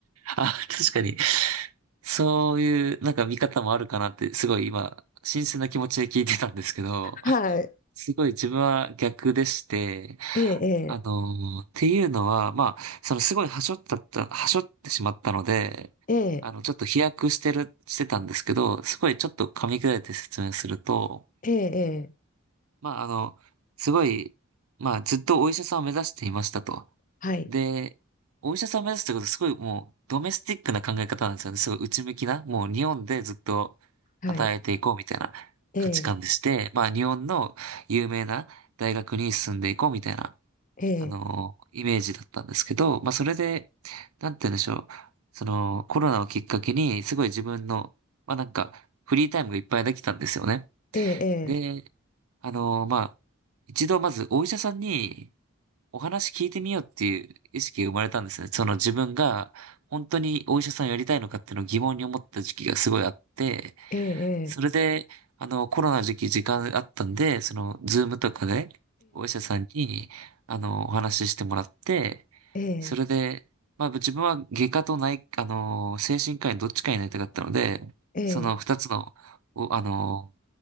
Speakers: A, on the right; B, on the left.
A: あ、<laughs> 確かに、そういう、なんか見方もあるかなって、すごい今、新鮮な気持ちで聞いてたんですけど、
B: はい。
A: すごい自分は逆でして、
B: ええ、
A: あのーっていうのは、まあ、そのすごい端折ったった、はしってしまったので、
B: ええ、
A: あの、ちょっと飛躍してる、してたんですけど、すごいちょっと噛み砕いて説明すると、
B: ええ、ええ、
A: まあ、あの、すごい、まあ、ずっとお医者さんを目指していましたと。
B: はい、
A: で、お医者さんを目指すってことはすごいもう、ドメスティックな考え方なんですよね。すごい内向きな、もう日本でずっと働いていこうみたいな価値観でして、
B: はい、ええ、
A: まあ、日本の有名な大学に進んでいこうみたいな、
B: ええ、
A: あの、イメージだったんですけど、まあ、それで、なんて言うんでしょう。その、コロナをきっかけに、すごい自分の、まあ、なんか、フリータイムがいっぱいできたんですよね。
B: ええ、
A: で、あの、まあ、一度まずお医者さんにお話聞いてみようっていう意識が生まれたんですね。その自分が本当にお医者さんやりたいのかっていうのを疑問に思った時期がすごいあって、
B: ええ、ええ、
A: それで、あの、コロナ時期時間あったんで、その、ズームとかで、お医者さんに、あの、お話ししてもらって、
B: ええ、
A: それで、まあ、自分は外科と内、あの、精神科医どっちかになりたかったので、
B: ええ、
A: その二つの、お、あの、